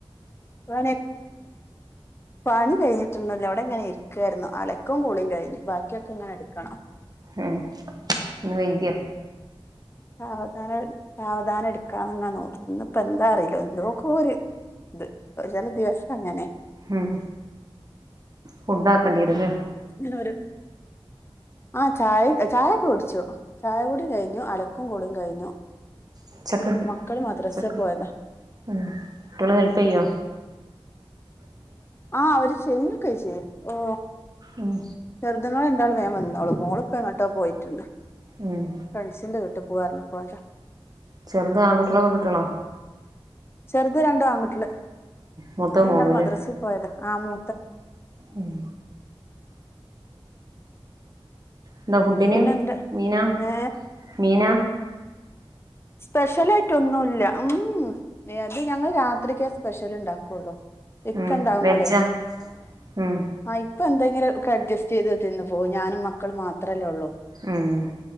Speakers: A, on the left; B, on the right.
A: പണി പണി കഴിഞ്ഞിട്ടൊന്നല്ല അവിടെ ഇങ്ങനെ ഇരിക്കായിരുന്നു അലക്കും കൂളിയും കഴിഞ്ഞു ബാക്കിയൊക്കെ ഇങ്ങനെ എടുക്ക
B: ഏഹ് ഇന്ന് വൈക്യോ
A: സാവധാനം സാവധാനം എടുക്കാന്ന്ങ്ങ നോർന്ന് ഇപ്പ എന്താ അറീല എന്തൊക്കോര് ത് ചെല ദിവസ ങ്ങനെ
B: ഉം ഫുഡ്ഡാക്കണ്ട്യേരുലെ
A: ഇങ്ങനെരോ ആഹ് ചായ് ചായ കുടിച്ചു ചായ കൂടി കഴിഞ്ഞു അലക്കും കുളിം കഴിഞ്ഞു
B: ഉച്ചക്ക്
A: മക്കള് മദ്രസേ
B: ഉച്ചക്ക്
A: പോയതാ
B: ഉം കുട്യൾ ഹെൽപ്പ യ്യോ
A: ആഹ് അവര് ശയ്യും കൈസ് ഓ
B: ഉം
A: <unintelligible> രണ്ടാളും വേം വന്നോളും മോള് ഇപ്പോ എങ്ങട്ടോ പോയിട്ടുണ്ട്
B: ഉം
A: ഫ്രണ്ട്സിന്റെ വീട്ട് പോവാ പറഞ്ഞു പോയതാ
B: ചെറുത് ആൺകുട്ട്യേളൊ പെങ്കുട്ട്യേളൊ
A: ചെറുത് രണ്ടും ആൺകുട്ട്യള്
B: മൂത്തത്
A: രണ്ടാളും
B: മോളുല്ലേ
A: മദ്രസ്സി പോയത ആ മൂ
B: ഉം എന്താ ഫുഡ്ഡിന്
A: പിന്നെ എന്റെ
B: മീന
A: ഏ
B: മീന
A: സ്പെഷ്യലായിട്ടൊന്നുല്ല ഉം യ്യഅത് ഞങ്ങൾ രാത്രിക്കെ സ്പെഷ്യൽ ഉണ്ടാക്കുള്ളൂ എക്കണ്ടാവുമ്പോളെ
B: ഉം വെജ്ജാ ഉം
A: ആ പ്പെന്തെങ്കിലും ഒക്കെ അഡ്ജസ്റ്റ് ചെയ്ത് തിന്ന് പോവും ഞാനും മക്കൾ മാത്രല്ലേ ഉള്ളു
B: ഉം